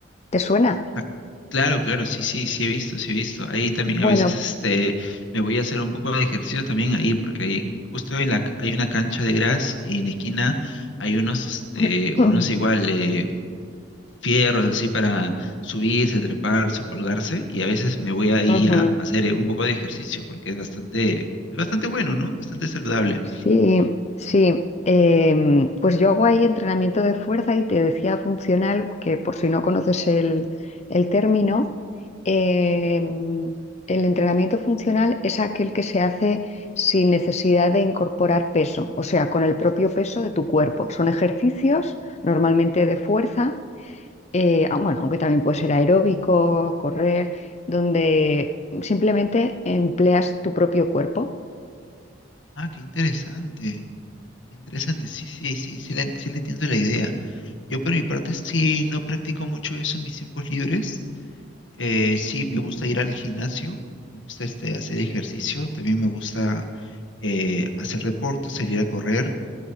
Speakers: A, on the left (about 35°); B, on the left (about 85°).
A: ¿Te suena?
B: Ah, Claro, claro, sí, sí, sí he visto, sí he visto. Ahí también
A: Bueno,
B: a veces este, me voy a hacer un poco de ejercicio también ahí, porque ahí, justo en la, ca- hay una cancha de gras y en la esquina hay unos, este,
A: <clears throat>
B: unos igual eh, fierros así para subirse, treparse o colgarse, y a veces me voy ahí
A: ujú.
B: a hacer eh, un poco de ejercicio, porque es bastante, bastante bueno, ¿no? Bastante saludable.
A: Sí, sí. Em, pues yo hago ahí entrenamiento de fuerza y te decía funcional, que por si no conoces el, el término, em, el entrenamiento funcional es aquel que se hace sin necesidad de incorporar peso, o sea, con el propio peso de tu cuerpo. Son ejercicios normalmente de fuerza, eh, ah, bueno, aunque también puede ser aeróbico, correr, donde simplemente empleas tu propio cuerpo.
B: Ah, qué interesante. Interesante, sí, sí, sí, sí le, sí le entiendo la idea. Yo por mi parte sí no practico mucho eso en mis tiempos libres. Eh, sí me gusta ir al gimnasio, me gusta este, hacer ejercicio, también me gusta eh, hacer deporte, salir a correr.